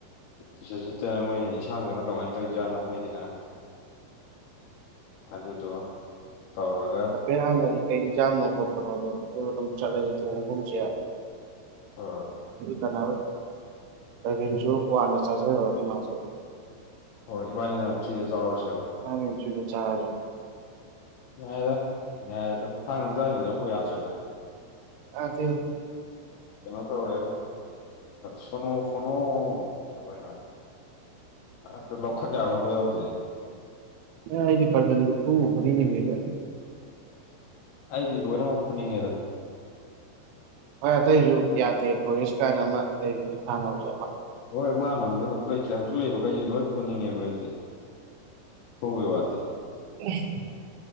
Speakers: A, on the left (about 75°); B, on the right (about 80°).
A: ꯇꯨꯆꯠ ꯆꯠꯇꯅ ꯃꯣꯏꯅ ꯌꯦꯟꯁꯥꯡꯗꯨꯅ ꯀꯃꯥꯏꯅ ꯇꯧꯔꯤꯖꯥꯠꯅꯣ ꯃꯣꯏꯒꯤꯅ ꯑꯗꯨꯗꯣ ꯇꯧꯔꯒ
B: ꯀꯌꯥꯝꯥꯡꯅꯗꯤ ꯀꯩ ꯌꯦꯟꯖꯥꯡꯅꯣ ꯈꯣꯠꯄꯅꯣ ꯑꯗꯨꯝ ꯑꯗꯨꯝ ꯆꯠꯂꯒ ꯊꯣꯡꯒꯨꯝꯁꯦ ꯑꯣ
A: ꯍꯣꯏ
B: ꯀꯅꯥ ꯑꯗꯨꯝꯁꯨ ꯋꯥꯅ ꯆꯥꯖꯔꯨꯔꯅꯤ ꯃꯥꯁꯦ
A: ꯍꯣꯏ ꯏꯕꯥꯅꯤꯅ ꯊ꯭ꯔꯤꯗ ꯆꯥꯎꯎꯔꯁꯦꯕ
B: ꯑꯃꯤꯆꯗ ꯆꯥꯖꯦ
A: ꯌꯥꯏꯦꯗ ꯌꯥꯏꯦ ꯑꯗ ꯊꯥꯡꯒ ꯃꯆꯥꯁꯤꯡꯁꯦ ꯑꯃꯨꯛ ꯌꯥꯗ꯭ꯔꯦꯗ
B: ꯑꯗ
A: ꯀꯩꯅꯣ ꯇꯧꯔꯦ ꯐꯣꯅꯣ ꯐꯅꯣꯔꯅ ꯑ ꯑꯗꯨ ꯂꯧꯈꯠ ꯌꯥꯔꯕ ꯌꯥꯎꯗꯦ
B: ꯑ ꯑꯩꯒꯤ ꯄꯔꯕꯗ ꯊ ꯐꯗꯤꯅꯤꯃꯤꯒ
A: ꯑꯩꯗꯤ ꯂꯣꯏꯅꯃꯛ ꯄꯨꯅꯤꯡꯉꯦꯗ
B: ꯍꯣꯏ ꯑꯇꯩꯁꯨ ꯌꯥꯗꯦ ꯐꯔꯤꯁ ꯀꯥꯏꯅ ꯑꯃ ꯂꯩꯕꯅꯦ ꯊꯥꯅꯕꯁꯨ
A: ꯍꯣꯏ ꯃꯥꯅꯕꯨꯗꯤ ꯍꯧꯖꯤꯛ ꯂꯩꯇ꯭ꯔꯦ ꯍꯧꯖꯤꯛ ꯂꯩꯕꯈꯩꯁꯤꯗꯤ ꯂꯣꯏ ꯐꯨꯅꯤꯡꯉꯦꯕ ꯑꯩꯗꯤ ꯐꯨꯕꯩ ꯋꯥꯗꯤ
B: ꯎꯝ